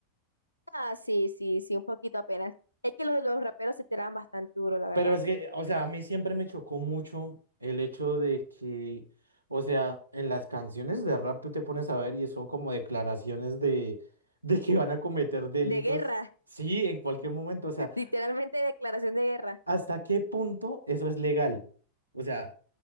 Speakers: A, on the left; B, on the right.
A: Ah, sí, sí, sí, un poquito apenas. Es que los, los raperos se tiraban bastante duro, la verdad.
B: Pero es que, o sea, a mí siempre me chocó mucho el hecho de que, o sea, en las canciones de rap tú te pones a ver y son como declaraciones de, <laughs> de que van a cometer delitos.
A: De guerra,
B: Sí, en cualquier momento. O sea,
A: <laughs> literalmente declaración de guerra.
B: ¿hasta qué punto eso es legal? O sea,